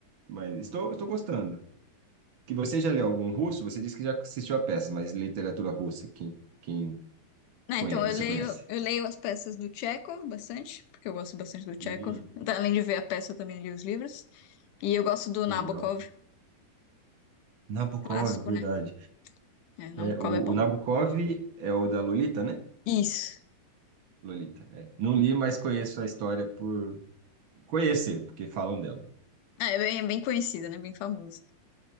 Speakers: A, on the right (about 65°); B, on the left (about 70°).
A: Mas estou, estou gostando. Que você já leu algum russo? Você disse que já assistiu a peça, mas literatura russa, quem, quem
B: Ah,
A: conhe-
B: então
A: você
B: eu leio,
A: conhece?
B: eu leio as peças do Chekhov bastante, porque eu gosto bastante do
A: Uhum,
B: Chekhov. Então, Além de ver a peça, eu também li os livros. E eu gosto do
A: que
B: Nabokov
A: legal. Nabokov,
B: Clássico,
A: verdade.
B: né? É, Nabucco
A: É, o,
B: é bom.
A: o Nabokov é o da Lolita, né?
B: Isso.
A: Lolita, é. Não li, mas conheço a história por Conhecer, porque falam dela.
B: Ah, É bem, é bem conhecido, né? Bem famoso.